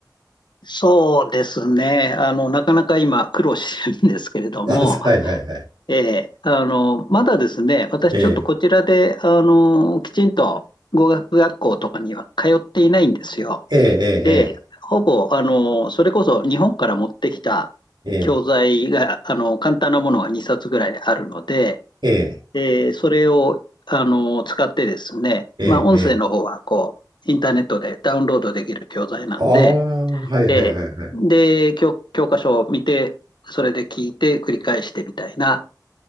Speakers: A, on the left (about 80°); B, on the right (about 85°).
A: そうですね。あの、なかなか今苦労してるんですけれども、
B: <laughs> あ、そうはいはいはい。
A: ええ、あの、まだですね、私ちょっとこちらで、
B: ええ、
A: あの、きちんと語学学校とかには通っていないんですよ。
B: ええ、
A: で、ほぼ、あの、それこそ日本から持ってきた教材が、
B: ええ、ええ、
A: あの、簡単なものが2冊ぐらいあるので、
B: ええ、
A: えーそれを、あの、使ってですね、
B: ええ、
A: まあ、音声の方は、
B: ええ。
A: こう、インターネットでダウンロードできる教材なんで、
B: ああ、はいはいはいはい。
A: えーで、教、教科書を見て、それで聞いて、繰り返してみたいな